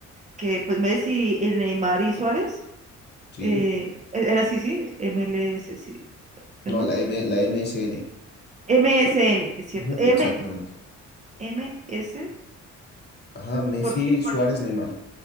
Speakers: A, on the right (about 25°); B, on the left (about 35°).
A: que pues Messi, eh, Neymar y Suárez.
B: Sí.
A: Eh, e, era así, sí, MLS, sí. ¿qué
B: No,
A: más?
B: la M, la MSN.
A: MSN, es cierto.
B: Ujú,
A: M,
B: exactamente.
A: m s
B: Ajá, Messi,
A: porque,
B: Suárez,
A: porque,
B: Neymar.